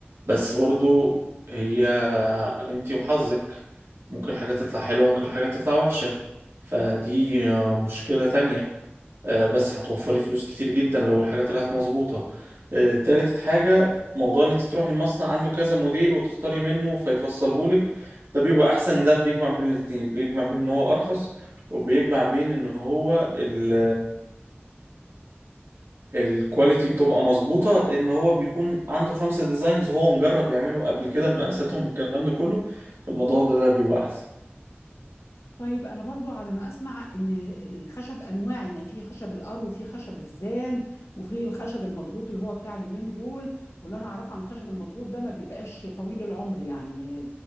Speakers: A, on the right (about 65°); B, on the left (about 85°).
A: بس برضو هي انت وحظك ممكن حاجة تطلع حلوة ممكن حاجة تطلع وحشة فدي آه، مشكلة تانية آه، بس هتوفري فلوس كتير جدا لو الحاجة طلعت مظبوطة آه، تالت حاجة موضوع ان انت تروحي المصنع عنده كذا موديل وتختاري منه فيفصلهولك ده بيبقى احسن ده بيجمع بين الاتنين بيجمع بين ان هو ارخص وبيجمع بين ان هو ال الكواليتي بتبقى مظبوطة ان هو بيكون عنده خمسة ديزاينز هو مجرب يعمله قبل كده بمقاساتهم بالكلام ده كله الموضوع ده ده بيبقى احسن
B: طيب انا برضو على ما اسمع ان الخشب انواع يعني في خشب القرو وفي خشب الزان وفي الخشب المضغوط اللي هو بتاع اليومين دول واللي انا اعرفه عن الخشب المضغوط ده ما بيبقاش طويل العمر يعني